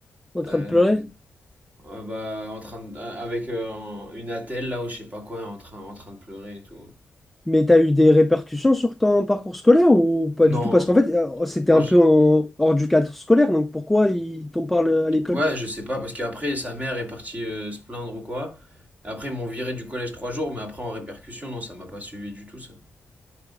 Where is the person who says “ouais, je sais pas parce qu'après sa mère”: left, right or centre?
Right